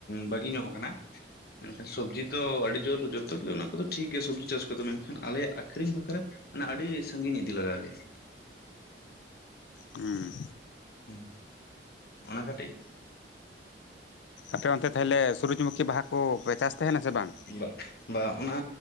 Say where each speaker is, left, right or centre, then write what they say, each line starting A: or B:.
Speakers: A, on the left; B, on the left.
A: ᱵᱟᱹᱜᱤ ᱧᱚᱜ ᱠᱟᱱᱟ ᱢᱮᱱᱠᱷᱟᱱ ᱥᱚᱵᱽᱡᱤ ᱫᱚ ᱟᱹᱰᱤ ᱡᱳᱨ ᱡᱚᱛᱚ ᱜᱮ ᱚᱱᱟ ᱠᱚᱫᱚ ᱴᱷᱤᱠ ᱜᱮᱭᱟ ᱥᱚᱵᱽᱡᱤ ᱪᱟᱥ ᱠᱚᱫᱚ ᱢᱮᱱᱠᱷᱟᱱ ᱟᱞᱮᱭᱟᱜ ᱟᱠᱷᱨᱤᱧ ᱵᱟᱠᱷᱨᱟ ᱢᱟᱱᱮ ᱟᱹᱰᱤ ᱥᱟᱺᱜᱤᱧ ᱤᱫᱤ ᱞᱟᱜᱟᱣ ᱞᱮᱭᱟ
B: ᱦᱩᱸ
A: ᱦᱩᱸ ᱚᱱᱟ ᱠᱟᱹᱴᱤᱡ
B: ᱟᱯᱮ ᱚᱱᱛᱮ ᱛᱟᱦᱚᱞᱮ ᱥᱩᱨᱡ ᱢᱩᱠᱷᱤ ᱵᱟᱦᱟ ᱠᱚ ᱯᱮ ᱪᱟᱥ ᱛᱟᱦᱮᱱᱟ ᱥᱮ ᱵᱟᱝ
A: ᱵᱟ ᱵᱟ ᱚᱱᱟ